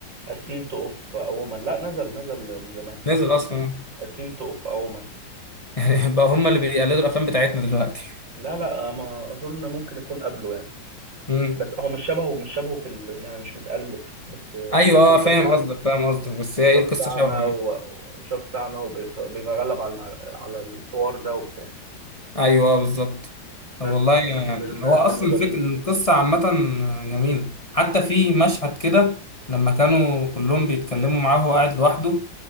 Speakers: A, on the right; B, on the left.
A: اسينت اوف اوما لا نزل نزل من زمان
B: نزل
A: اسمه
B: اصلا
A: اسينت اسينت اوف اوما
B: يعني <laughs> بقى هم اللي بيقلدوا الافلام بتاعتنا دلوقتي
A: لا لا ما اظن ممكن يكون قبله يعني
B: امم
A: بس هو مش شبهه مش شبهه في ال... يعني مش متقلد بس
B: ايوه
A: نفس
B: اه
A: الفكره
B: فاهم
A: كده
B: قصدك فاهم قصدك بس هي ايه
A: شخص
B: القصه
A: اعمى
B: شبه
A: وشخص
B: إيه؟
A: اعمى وبيتغلب على المع... على الحوار ده وبتاع
B: ايوه آه، بالظبط
A: بس
B: طب والله يعني
A: فيلم
B: هو اصلا
A: فيلم جميل
B: الفكر القصه عامه جميله حتى في
A: مم.
B: مشهد كده لما كانوا كلهم بيتكلموا معاه وهو قاعد لوحده